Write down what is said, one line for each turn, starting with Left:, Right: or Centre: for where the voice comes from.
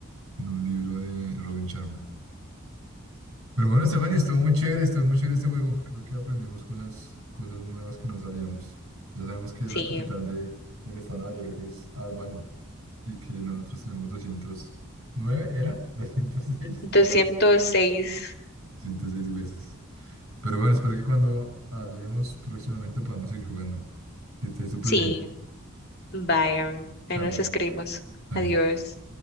Right: en un libro de Robin Sharma. Pero bueno, Stephanie, estuvo muy chévere, estuvo muy chévere este juego. Creo que aprendimos cosas, cosas nuevas que no sabíamos. Ya sabemos que la
Left: sí.
Right: capital de, del estado de Nueva York es Albany y que nosotros tenemos doscientos nueve ¿era? doscientos seis
Left: doscientos seis,
Right: <laughs> doscientos seis huesos. Pero bueno, espero que cuando hablemos próximamente podamos seguir jugando. Que estés súper
Left: sí.
Right: bien.
Left: Vaya,
Right: Chao.
Left: ahí nos escribimos.
Right: Dale.
Left: Adiós.